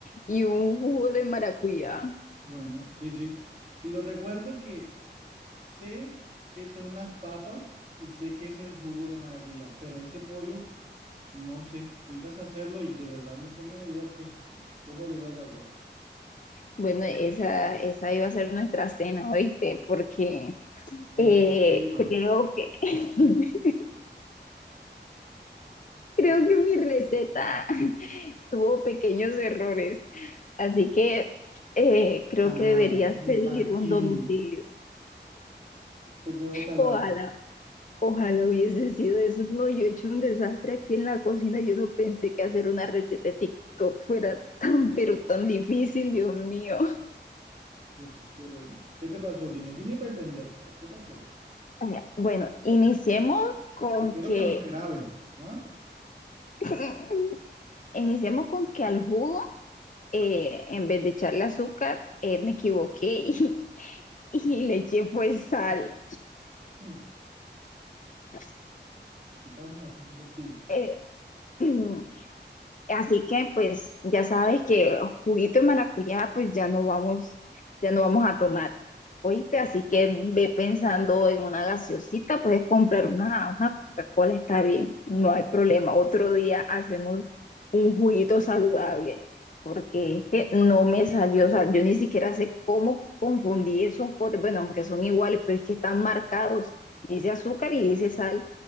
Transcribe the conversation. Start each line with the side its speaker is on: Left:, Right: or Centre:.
Left: y un jugo de maracuyá.
Right: Bueno, sí, sí. Si lo recuerdo que sé qué son las papas y sé qué es el jugo de maracuyá, pero ese pollo, no sé. Tú ibas a hacerlo y de verdad no tengo ni idea que, <laughs> cómo lo ibas a hacer.
Left: Bueno, esa, esa iba a ser nuestra cena, ¿oíste? Porque
Right: ¿Cómo
Left: eh,
Right: sí que iba?
Left: creo que <laughs> creo que mi receta <laughs> tuvo pequeños errores. Así que eh, creo
Right: Salada,
Left: que deberías
Right: me
Left: pedir
Right: imagino.
Left: un domicilio.
Right: Te quedó salada.
Left: Ojalá. Ojalá hubiese sido eso. No, yo he hecho un desastre aquí en la cocina. Yo no pensé que hacer una receta de TikTok fuera tan, pero tan difícil, Dios mío.
Right: Pero, pero, ¿qué te pasó? Dime, dime para entenderte. ¿Qué pasó?
Left: Ajá. Bueno, iniciemos con
Right: Espero
Left: que,
Right: que no se agrave, ¿ah?
Left: <laughs> iniciemos con que al jugo, eh, en vez de echarle azúcar, eh, me equivoqué y, y le eché fue sal.
Right: Hmm,
Left: <laughs>
Right: ¿Qué estabas haciendo tú?
Left: Eh, <clears throat> Así que pues ya sabes que juguito de maracuyá pues ya no vamos, ya no vamos a tomar. Oíste, así que ve pensando en una gaseosita, puedes comprar una, una Coca-Cola, está bien, no hay problema. Otro día hacemos un juguito saludable, porque este no me salió, o sea, yo ni siquiera sé cómo confundí esos potes, bueno, aunque son iguales, pero es que están marcados, dice azúcar y dice sal.